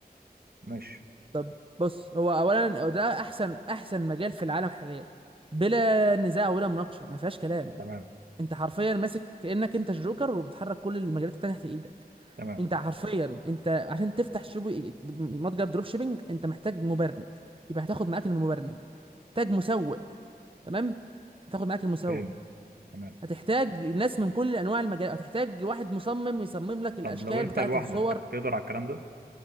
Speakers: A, on the right; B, on the right.
A: ماشي
B: طب بص هو اولا ده احسن احسن مجال في العالم حاليا بلا نزاع ولا مناقشه ما فيهاش كلام
A: تمام
B: انت حرفيا ماسك كانك انت الجوكر وبتحرك كل المجالات التانية تحت ايدك
A: تمام
B: انت حرفيا انت عشان تفتح شوبي متجر دروب شيبينج انت محتاج مبرمج يبقى هتاخد معاك المبرمج محتاج مسوق تمام هتاخد معاك المسوق
A: فاهم تمام
B: هتحتاج ناس من كل انواع المجال هتحتاج واحد مصمم يصمم لك الاشكال
A: طب لو انت
B: بتاعه
A: لوحدك
B: الصور
A: تقدر على الكلام ده